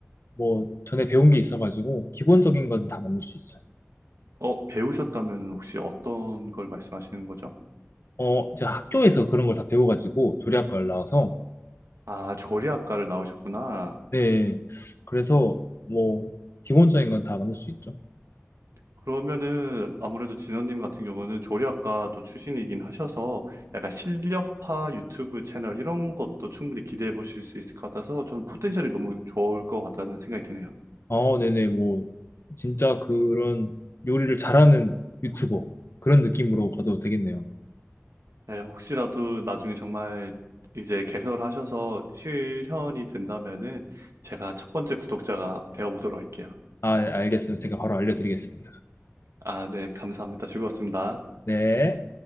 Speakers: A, on the left; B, on the right.
A: 뭐 전에 배운 게 있어가지고 기본적인 건 다 만들 수 있어요.
B: 어, 배우셨다면 혹시 어떤 걸 말씀하시는 거죠?
A: 어, 제가 학교에서 그런 걸 다 배워가지고 조리학과를 나와서
B: 아, 조리학과를 나오셨구나.
A: 네. 그래서 뭐 기본적인 건 다 만들 수 있죠.
B: 그러면은 아무래도 진원님 같은 경우는 조리학과도 출신이긴 하셔서 약간 실력파 유튜브 채널 이런 것도 충분히 기대해 보실 수 있을 것 같아서 전 포텐셜이 너무 좋을 것 같다는 생각이 드네요.
A: 아, 네네. 뭐 진짜 그런 요리를 잘하는 유튜버 그런 느낌으로 가도 되겠네요.
B: 네, 혹시라도 나중에 정말 이제 개설하셔서 실현이 된다면은 제가 첫 번째 구독자가 되어 보도록 할게요.
A: 아, 알겠습니다. 제가 바로 알려드리겠습니다.
B: 아, 네, 감사합니다. 즐거웠습니다.
A: 네.